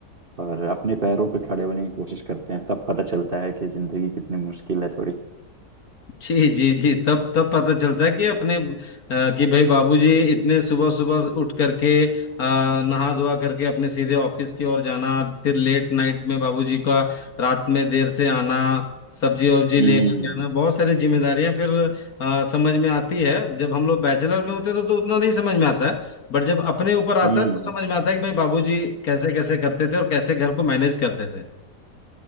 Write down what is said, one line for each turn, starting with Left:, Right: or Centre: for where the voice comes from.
Right: और अपने पैरों पे खड़े होने की कोशिश करते हैं तब पता चलता है कि जिंदगी कितनी मुश्किल है थोड़ी
Left: जी जी जी तब तब पता चलता है कि अपने अ, कि भाई बाबूजी इतने सुबह सुबह उठ करके अ, नहा धोवा करके अपने सीधे ऑफिस की ओर जाना फिर लेट नाइट में बाबूजी का रात में देर से आना सब्जी वब्जी
Right: हम्म
Left: लेकर के
Right: हम्म
Left: आना बहुत सारी जिम्मेदारियां फिर अ, समझ में आती है जब हम लोग बैचलर में होते हैं तब तो उतना नहीं समझ में आता है बट जब अपने ऊपर आता
Right: हम्म,
Left: है तो
Right: हम्म,
Left: समझ में आता है कि भाई बाबूजी कैसे कैसे करते थे और कैसे घर को मैनेज करते थे